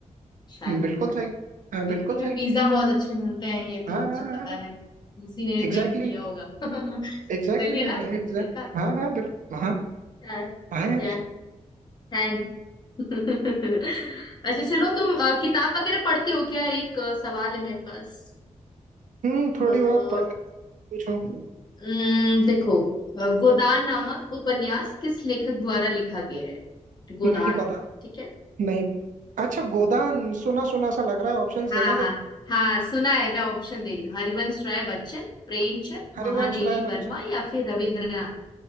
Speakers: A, on the left; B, on the right.
A: शायद
B: हम्म, बिल्कुल सही हाँ, बिल्कुल
A: इटली में
B: सही
A: पिज्जा बहुत अच्छे मिलते हैं ये
B: हाँ
A: तो मुझे
B: हाँ हाँ
A: पता है उसी ने इन्वेंट
B: एग्जैक्टली
A: किया होगा <laughs>
B: एग्जैक्टली
A: सही है
B: है
A: ना
B: एग्जैक्ट
A: देखा
B: हाँ हाँ बिल्कुल हाँ
A: हाँ,
B: हाँ यार
A: क्या थैंक <laughs> अच्छा चलो तुम अ, किताब वगैरह पढ़ती हो क्या एक अ, सवाल है मेरे पास
B: हम्म
A: अ,
B: थोड़ी बहुत पढ़ ले, पूछो
A: उम्म, देखो अ, गोदान नामक उपन्यास किस लेखक द्वारा लिखा गया है गोदान
B: नहीं पता
A: ठीक है
B: नहीं अच्छा गोदान सुना सुना सा लग रहा है ऑप्शंस
A: हाँ
B: देना
A: हाँ
B: जरा
A: हाँ सुना है मैं ऑप्शन दे रही हूँ हरिवंश राय बच्चन प्रेमचंद
B: हरिवंश
A: महादेवी
B: राय
A: वर्मा
B: बच्चन
A: या फिर रविंद्रनाथ